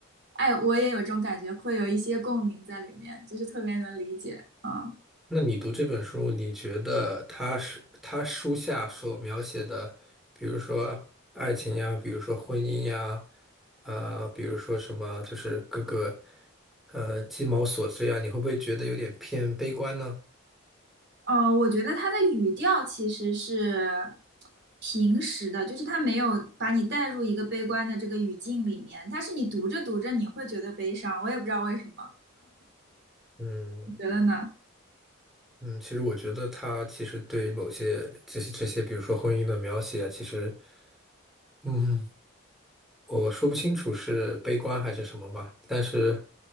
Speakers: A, on the right (about 55°); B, in the centre.
A: 哎，我也有这种感觉，会有一些共鸣在里面，就是特别能理解啊。
B: 那你读这本书，你觉得他是他书下所描写的，比如说爱情呀，比如说婚姻呀，呃，比如说什么，就是各个呃鸡毛琐碎啊，你会不会觉得有点偏悲观呢？
A: 哦，呃我觉得他的语调其实是平时的，就是他没有把你带入一个悲观的这个语境里面，但是你读着读着你会觉得悲伤，我也不知道为什么，
B: 嗯。
A: 你觉得呢？
B: 嗯，其实我觉得他其实对某些这些这些，比如说婚姻的描写啊，其实，嗯，我说不清楚是悲观还是什么吧，但是